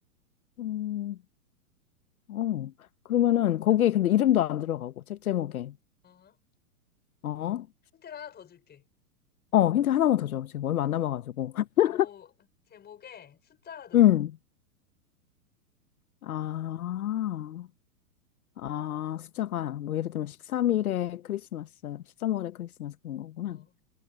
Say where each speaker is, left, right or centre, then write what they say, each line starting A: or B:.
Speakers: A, on the left; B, on the left.
A: 음, 어. 그러면은, 거기에 근데 이름도 안 들어가고, 책 제목에.
B: 어.
A: 어?
B: 힌트를 하나 더 줄게.
A: 어, 힌트 하나만 더 줘. 지금 얼마 안 남아가지고. <laughs>
B: 제목, 제목에 숫자가 들어가.
A: 음. 아, 아, 숫자가, 뭐, 예를 들면 13일에 크리스마스, 십삼월에 크리스마스 그런 거구나.
B: 어.